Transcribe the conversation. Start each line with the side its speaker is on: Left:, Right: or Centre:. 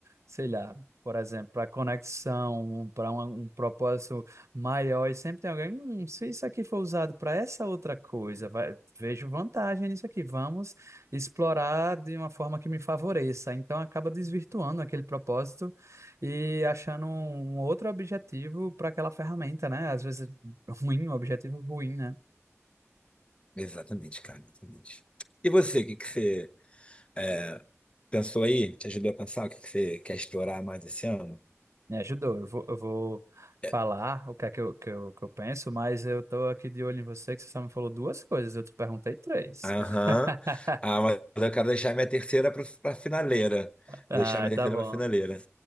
Right: sei lá, por exemplo, para conexão, para um, um propósito maior. E sempre tem alguém, "Hum, se isso aqui for usado para essa outra coisa, vai- vejo vantagem nisso aqui, vamos explorar de uma forma que me favoreça. Então acaba desvirtuando aquele propósito e achando um um outro objetivo para aquela ferramenta, né? Às vezes ruim, um objetivo ruim, né?
Left: Exatamente, cara, exatamente. E você, o que que você eh, pensou aí? Te ajudou a pensar o que que você quer explorar mais esse ano?
Right: Me ajudou. Eu vou, eu vou falar
Left: É,
Right: o que é que eu, que eu, que eu penso, mas eu tô aqui de olho em você, que você só me falou duas coisas, eu te perguntei três.
Left: Aham.
Right: <laughs>
Left: Ah, mas eu quero deixar minha terceira para pra finaleira.
Right: Ah,
Left: Vou deixar minha terceira
Right: tá bom.
Left: pra finaleira.